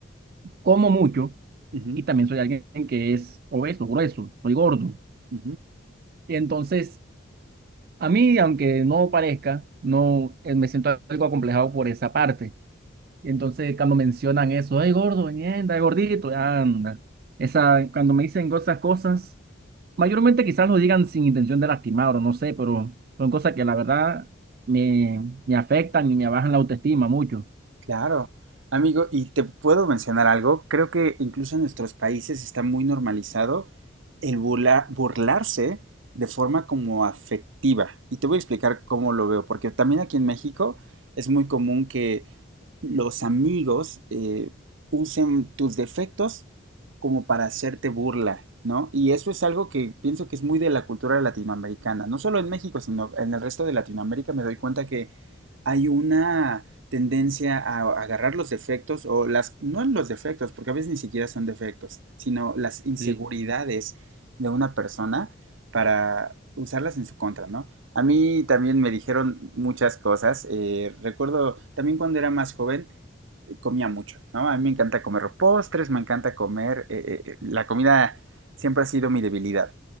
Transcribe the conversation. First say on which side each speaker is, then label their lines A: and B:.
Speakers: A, on the right; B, on the right.
A: como mucho
B: Ujú,
A: y también soy alguien que es obeso, grueso, soy gordo.
B: ujú, ujú.
A: Y entonces, a mí, aunque no parezca, no eh, me siento algo acomplejado por esa parte. Y entonces cuando mencionan eso, ay gordo, ñenda, gordito, anda. Esa, cuando me dicen esas cosas, mayormente quizás lo digan sin intención de lastimar o no sé, pero son cosas que la verdad me, me afectan y me bajan la autoestima mucho.
B: Claro, amigo, y te puedo mencionar algo, creo que incluso en nuestros países está muy normalizado el burla- burlarse de forma como afectiva. Y te voy a explicar cómo lo veo, porque también aquí en México es muy común que los amigos eh, usen tus defectos como para hacerte burla, ¿no? Y eso es algo que pienso que es muy de la cultura latinoamericana, no solo en México, sino en el resto de Latinoamérica me doy cuenta que hay una tendencia a agarrar los defectos o las, no los defectos, porque a veces ni siquiera son defectos, sino las inseguridades
A: Sí,
B: de una persona para usarlas en su contra, ¿no? A mí también me dijeron muchas cosas. eh, recuerdo también cuando era más joven, eh, comía mucho, ¿no? A mí me encanta comer postres, me encanta comer. eh, eh, eh, la comida siempre ha sido mi debilidad.